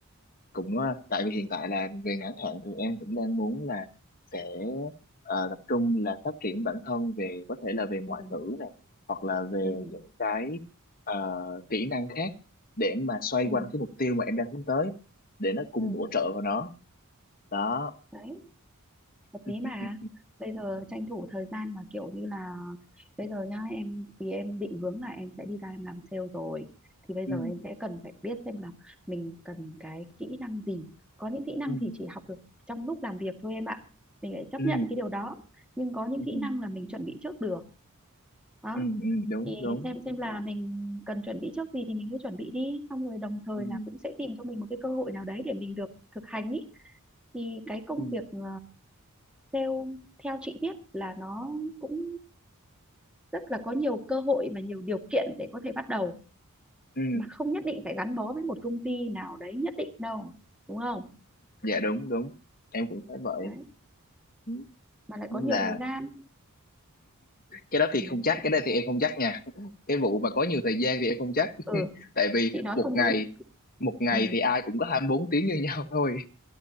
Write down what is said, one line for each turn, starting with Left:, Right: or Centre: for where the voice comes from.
Left: cũng ờ, tại vì hiện tại là về ngắn hạn thì em cũng đang muốn là sẽ ờ, tập trung là phát triển bản thân về có thể là về ngoại
Centre: ừ.
Left: ngữ này hoặc là về
Centre: Ừ.
Left: những cái ờ, kỹ năng khác để mà xoay
Centre: Ừ.
Left: quanh cái mục tiêu mà em đang hướng tới để nó cùng
Centre: Ừ.
Left: bổ trợ vào nó đó
Centre: đấy hợp lý
Left: <laughs>
Centre: mà bây giờ tranh thủ thời gian mà kiểu như là bây giờ nhá em thì em định hướng là em sẽ đi ra em làm sale rồi thì bây
Left: ừ
Centre: giờ em sẽ cần phải biết xem là mình cần cái kỹ năng gì có những kỹ năng
Left: ừ
Centre: thì chỉ học được trong lúc làm việc thôi em ạ mình phải chấp
Left: ừ
Centre: nhận cái điều đó nhưng có những
Left: ừ
Centre: kỹ
Left: ừ ừ,
Centre: năng là mình chuẩn bị trước được đó
Left: ừ, ừ, đúng
Centre: thì
Left: đúng
Centre: xem xem là mình cần chuẩn bị trước gì thì mình cứ chuẩn bị đi xong rồi đồng thời
Left: ừ,
Centre: là cũng sẽ tìm cho mình một cái cơ hội nào đấy để mình được thực hành ý thì cái công
Left: ừ,
Centre: việc ờ, sale theo chị biết là nó cũng rất là có nhiều cơ hội và nhiều điều kiện để có thể bắt đầu
Left: ừ.
Centre: mà không nhất định phải gắn bó với một công ty nào đấy nhất định đâu đúng không
Left: dạ đúng đúng em cũng thấy vậy
Centre: đấy
Left: Ừ,
Centre: mà lại
Left: đúng
Centre: có nhiều
Left: là
Centre: thời gian
Left: cái đó thì
Centre: <laughs>
Left: không chắc cái đây thì em không chắc nha cái vụ mà có nhiều thời gian thì em không chắc
Centre: ừ
Left: <laughs> tại vì
Centre: chị nói
Left: một
Centre: không
Left: ngày
Centre: đúng
Left: một ngày
Centre: ừ
Left: thì ai cũng có 24 tiếng như nhau thôi